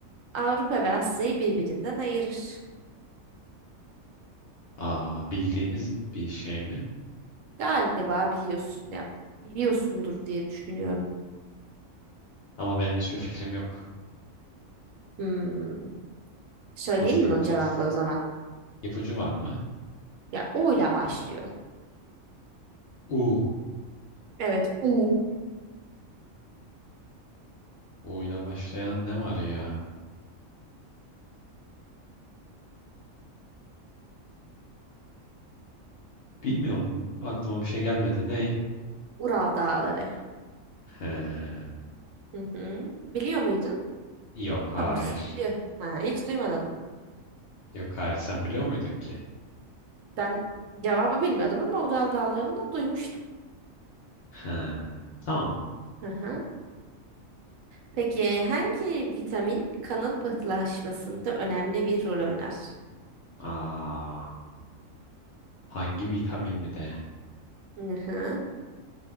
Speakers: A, on the right (about 75°); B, on the left (about 60°).
A: Avrupa ve Asya'yı birbirinden ayırır?
B: Aa, bildiğimiz bir şey mi?
A: Galiba biliyorsun ya biliyorsundur diye düşünüyorum.
B: Ama benim hiçbir fikrim yok.
A: Hmm. Söyleyeyim
B: Nasıl yapacağız?
A: mi cevabı o zaman?
B: İpucu var mı?
A: Ya O ile başlıyor.
B: U.
A: Evet, U.
B: U ile başlayan ne var ya? Bilmiyorum. Aklıma bir şey gelmedi. Ney?
A: Ural Dağları.
B: He.
A: Hı hı. Biliyor muydun?
B: Yok hayır.
A: Tamız. Biliyor. Ha, hiç duymadın mı?
B: Yok hayır. Sen biliyor muydun ki?
A: Ben cevabı bilmiyordum ama Ural Dağları'nı da duymuştum.
B: He. Tamam.
A: Hı hı. Peki hangi vitamin kanın pıhtılaşmasında önemli bir rol oynar?
B: Aa, hangi vitamin bir de?
A: Hı hı.